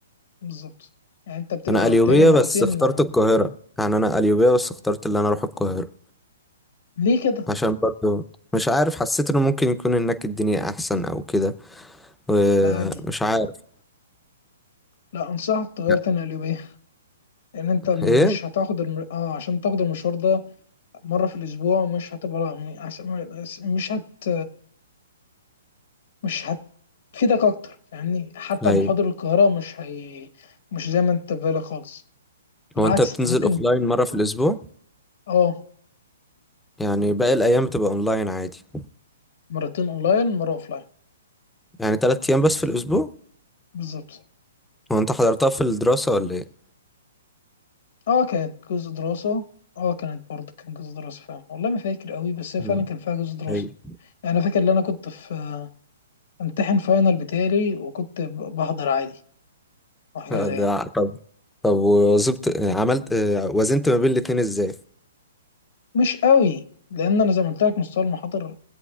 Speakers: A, on the left; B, in the centre.
A: بالظبط يعني انت بتبقى
B: انا قليوبية
A: بتالي مرتين
B: بس اخترت
A: آه،
B: القاهرة يعني انا قليوبية بس اخترت اللي انا اروح القاهرة
A: ليه كده
B: عشان برضو مش عارف حسيت انه ممكن يكون هناك الدنيا احسن او كده ومش
A: لا عادي
B: عارف
A: لا انصحك تغير
B: يعني.
A: تاني قليوبية لان انت مش
B: ايه
A: هتاخد الم... اه عشان تاخد المشوار ده مرة في الاسبوع مش هتبقى لا م- عشان- مش هت مش هتفيدك اكتر فاهمني حتى
B: ايوه
A: محاضر القاهرة مش هي مش زي ما انت في بالك خالص بالعكس
B: هو انت بتنزل
A: انت ممكن
B: اوفلاين مرة في الاسبوع
A: اه
B: يعني باقي الايام بتبقى اونلاين عادي
A: مرتين اونلاين مرة اوفلاين
B: يعني تلات ايام بس في الاسبوع
A: بالظبط
B: هو انت حضرتها في الدراسة ولا ايه
A: اه كانت جزء دراسة اه كانت برضه كان جزء دراسة فعلا والله ما فاكر قوي بس هي
B: مم.
A: فعلا كان فيها جزء دراسة
B: ايوه
A: يعني انا فاكر ان انا كنت في آه، امتحن فاينل بتاعي وكنت ب- بحضر عادي وحاجة
B: آه،
A: زي
B: ده
A: يعني.
B: طب طب وظبط عملت آه، وزنت ما بين الاتنين ازاي
A: مش قوي لان انا زي ما قلت لك مستوى المحاضر